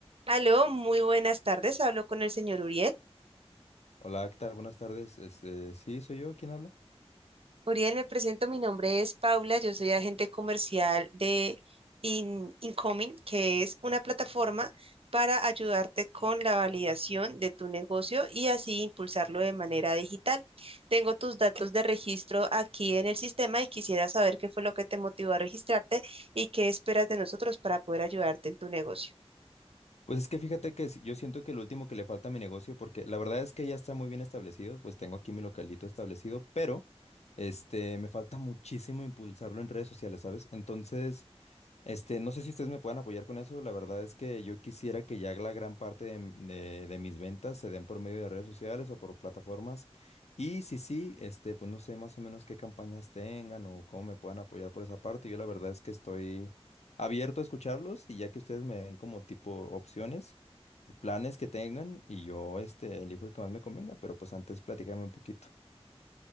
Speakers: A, on the right; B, on the left.
A: Aló, muy buenas tardes. Hablo con el señor Uriel.
B: Hola, ¿qué tal? Buenas tardes. Este, sí, soy yo. ¿Quién habla?
A: Uriel, me presento. Mi nombre es Paula. Yo soy agente comercial de In- Incoming, que es una plataforma para ayudarte con la validación de tu negocio y así impulsarlo de manera digital. Tengo tus datos de registro aquí en el sistema y quisiera saber qué fue lo que te motivó a registrarte y qué esperas de nosotros para poder ayudarte en tu negocio.
B: Pues es que fíjate que s- yo siento que lo último que le falta a mi negocio, porque la verdad es que ya está muy bien establecido, pues tengo aquí mi localito establecido, pero este, me falta muchísimo impulsarlo en redes sociales, ¿sabes? Entonces, Este, no sé si ustedes me puedan apoyar con eso. La verdad es que yo quisiera que ya la gran parte de, m- de- de mis ventas se den por medio de redes sociales o por plataformas. Y si sí, este, pues no sé más o menos qué campañas tengan o cómo me puedan apoyar por esa parte. Yo la verdad es que estoy abierto a escucharlos y ya que ustedes me den como tipo opciones y planes que tengan y yo este elijo el que más me convenga, pero pues antes platícame un poquito.